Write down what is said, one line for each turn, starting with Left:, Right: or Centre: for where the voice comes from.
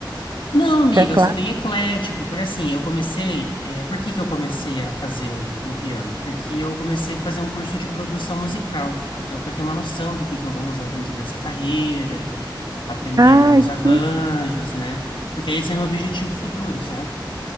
Left: Não, amiga,
Right: Teclado?
Left: eu sou bem eclético, porque assim, eu comecei. eh, por que que eu comecei a fazer o, o piano? Porque eu comecei a fazer um curso de produção musical. Então, para ter uma noção do que que eu vou usar dentro dessa carreira aprender,
Right: Ai,
Left: né, os arranjos,
Right: que,
Left: né? Porque esse é meu objetivo futuro, sabe?